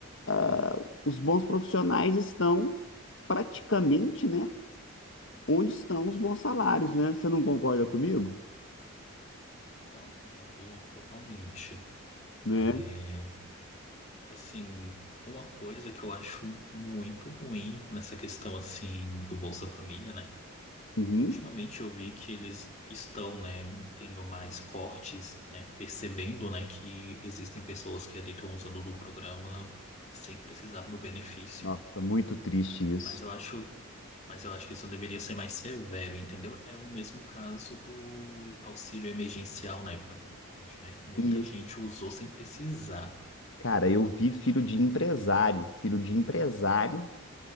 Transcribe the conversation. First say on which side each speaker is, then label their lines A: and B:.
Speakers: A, on the left; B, on the left.
A: ah, os bons profissionais estão praticamente, né, onde estão os bons salários, né? Você não concorda comigo?
B: Não, concordo totalmente.
A: Né?
B: É, assim, uma coisa que eu acho muito ruim nessa questão, assim, do Bolsa Família, né?
A: Uhum.
B: Ultimamente eu vi que eles estão, né, tendo mais cortes, né, percebendo, né, que existem pessoas que ali estão usando do programa sem precisar do benefício.
A: Nossa, muito triste isso.
B: Mas eu acho, mas eu acho que isso deveria ser mais severo, entendeu? É o mesmo caso do auxílio emergencial na época do Covid, né? Muita
A: Isso.
B: gente usou sem precisar.
A: Cara, eu vi filho de empresário, filho de empresário